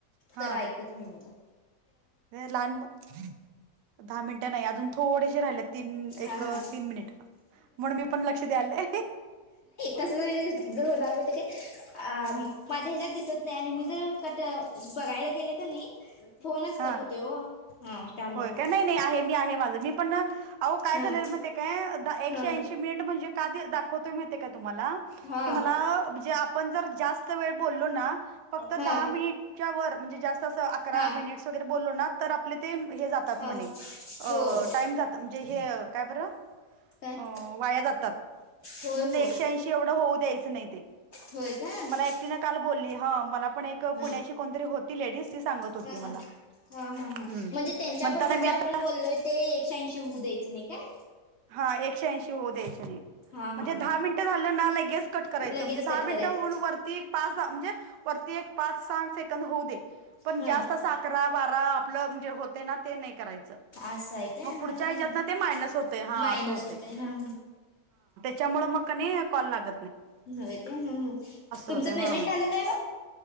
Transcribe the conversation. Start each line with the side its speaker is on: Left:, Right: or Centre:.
Right: हा
Left: तर ऐकत नाही बघ
Right: लहान दहा मिनट नाही अजून थोडेसे राहिलेत तीन एक
Left: हा हा
Right: तीन मिनिट म्हणून मी पण लक्ष दलं
Left: तस जर होणार नाही नवत अ माझ्या ह्याच्यात दिसत नाही आणि मी जर कट बघायला गेले का नाही फोनच
Right: हा
Left: कट होतोय हो हां त्यामुळं
Right: होय काय नाही नाही आहे मी आहे माझं मी पण अह काय
Left: हां
Right: झाले महि ते काय द एकशे
Left: हां
Right: ऐंशी मिनिट म्हणजे का दाखवतोय मी ते काय तुम्हाला
Left: हा
Right: ते मला म्हणजे आपण जर जास्त वेळ बोललो ना फक्त दहा
Left: हा
Right: मिनिटच्या वर म्हणजे जास्त अस अकरा
Left: हा
Right: मिनिट वगैरे बोललो ना तर आपल्या ते जातात
Left: हा
Right: म्ह
Left: होय
Right: टाईम जात म्हणजे हे काय बरं
Left: काय
Right: अ वाया जातात
Left: होय
Right: म्हणून
Left: होय
Right: एकशे ऐंशी एवढं होऊ द्यायचं नाही ते
Left: होय का हा
Right: मला एकटी काल बली मला पण पुण्या
Left: हा
Right: कोणतरी होती लेडीज ती सांगत होती
Left: हा
Right: मला
Left: हा हा हा
Right: हम्म
Left: म्हणजे त्यांच्या
Right: म्हणताना
Left: बरोबर
Right: मी
Left: जे आपण
Right: आता
Left: बोललोय ते एकशे ऐंशी होऊ द्यायचं नाही का
Right: हा एकशे ऐंशी होऊ देस म्हणजे
Left: हा हा
Right: दहा
Left: हा
Right: मिनिट झालं ना गस कट करायच
Left: लगेच
Right: म्हणजे दहा
Left: कट
Right: मिनिट
Left: करायच
Right: होऊन वरती पाच दहा म्हणजे वरती एक पाच साठ सेकंद होऊ दे पण
Left: हा
Right: जास्त अस अकरा बारा आपलंजे होते ना ते नाही करायच
Left: असं आहे काय
Right: मग पुढच्याच्या
Left: हा हा हा
Right: मानस होत हो
Left: मायनस होते हा हा
Right: त्यामुळे म कल लात
Left: हो ह हा तुमचं
Right: होते
Left: पेमेंट
Right: हा
Left: आलं काय